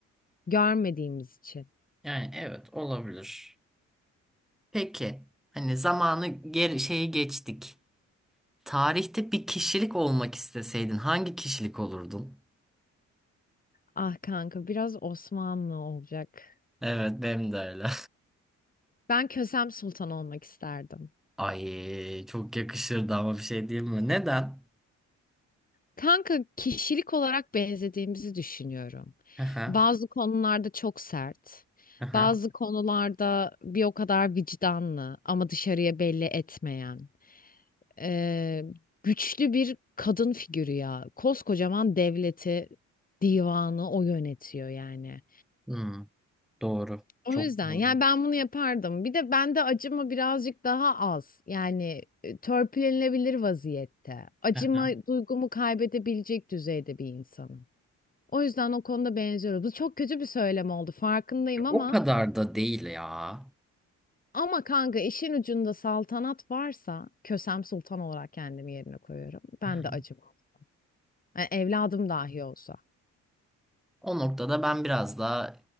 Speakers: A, on the left (about 30°); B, in the centre.
A: Görmediğimiz için.
B: yani evet olabilir. Peki hani zamanı geri şeyi geçtik. Tarihte bir kişilik olmak isteseydin hangi kişilik olurdun?
A: Ah kanka biraz Osmanlı olacak.
B: Evet benim de öyle.
A: Ben Kösem Sultan olmak isterdim.
B: Ay çok yakışırdı ama bir şey diyeyim mi? Neden?
A: Kanka kişilik olarak benzediğimizi düşünüyorum.
B: Hı hı,
A: Bazı konularda çok sert,
B: hı hı.
A: bazı konularda bir o kadar vicdanlı ama dışarıya belli etmeyen. Ee, güçlü bir kadın figürü ya. Koskocaman devleti, divanı o yönetiyor yani.
B: Hmm, doğru.
A: O
B: Çok
A: yüzden
B: doğru.
A: yani ben bunu yapardım. Bir de bende acıma birazcık daha az. Yani e, törpülenebilir vaziyette. Acıma
B: Hı hı.
A: duygumu kaybedebilecek düzeyde bir insanım. O yüzden o konuda benziyoruz. Bu çok kötü bir söylem oldu farkındayım ama
B: O kadar da değil ya.
A: ama kanka işin ucunda saltanat varsa Kösem Sultan olarak kendimi yerine koyuyorum. Ben
B: Hı hı.
A: de acımam. Yani evladım dahi olsa.
B: O noktada ben biraz daha